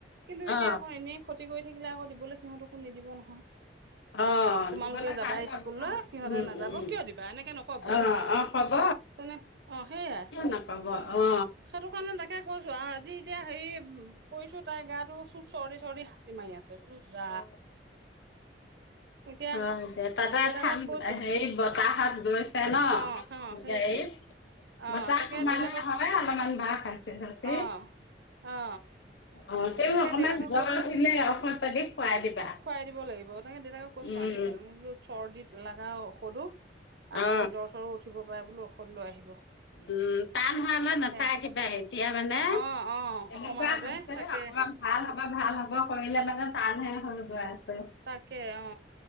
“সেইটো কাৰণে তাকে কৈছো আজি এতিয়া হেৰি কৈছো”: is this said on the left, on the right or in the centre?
Right